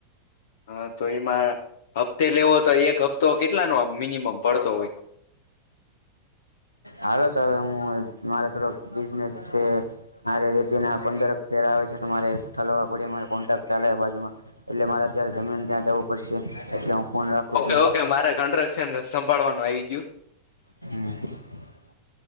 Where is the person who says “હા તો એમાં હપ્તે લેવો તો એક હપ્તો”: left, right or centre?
Left